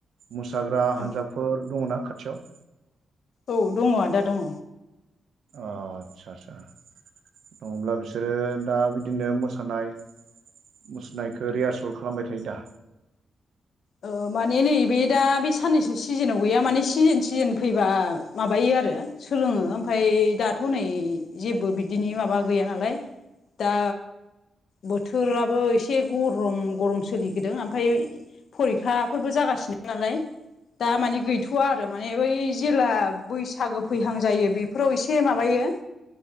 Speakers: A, on the right; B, on the left.
A: मोसाग्रा
B: औ
A: हानजाफोर दङना खाथियाव?
B: औ दङ आदा दङ।
A: आतसा आतसा नङाब्ला बिसोरो दा बिदिनो मोसानाय मुसनायखौ रिहार्सेल खालामबाय थायो दा।
B: माने नैबे दा बे साननैसो सिजोनाव गैया माने सिजेन सिजोन फैबा माबायो आरो सोलोङो ओमफ्राय दाथ नै जेबो बिदिनि माबा गैया नालाय। दा बोथोराबो एसे गरम गरम सोलिबोदों ओमफ्राय फरिखाफोरबो जागासिनो नालाय। दा मानिे गैथवा आरो माने बै जेला बैसागो फैहां जायो बेफोराव एसे माबायो